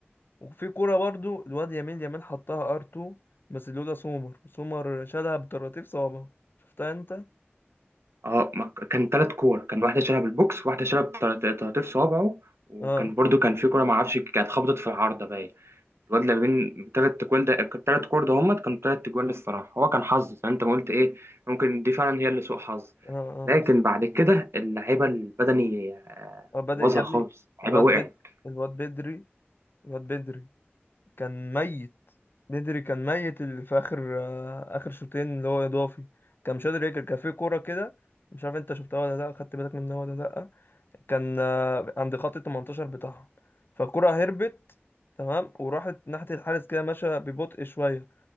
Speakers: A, on the left; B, on the right.
A: وفي كوره برضو الواد يمين يمين حطها ار 2 بس لولا سومر سومر شالها بطراطيف صوابعه شفتها انت اه
B: اه ما ك- كان ثلاث كور كان واحده شالها بالبوكس واحده شالها بطر- بطراطيف صوابعه وكان
A: اه
B: برضو كان في كوره ما اعرفش كانت خبطت في العارضه باين الواد اللي بين ثلاث تجوال ده الثلاث كور ده هم كانوا ثلاث تجوال الصراحه هو كان حظ زي ما انت ما قلت ايه ممكن دي فعلا هي اللي سوء حظ
A: اه,
B: لكن بعد كده اللعيبه البدني آه،
A: آه بدأ
B: بوظها
A: يا ابني
B: خالص اللعيبه
A: الواد
B: وقعت
A: بد الواد بدري الواد بدري كان ميت بدري كان ميت اللي في اخر آه، اخر شوطين اللي هو اضافي كان مش قادر ياكل كان في كوره كده مش عارف انت شفتها ولا لا خدت بالك منها ولا لا كان آه، عند خط ال 18 بتاعهم فالكرة هربت تمام وراحت ناحية الحارس كده ماشية ببطء شوية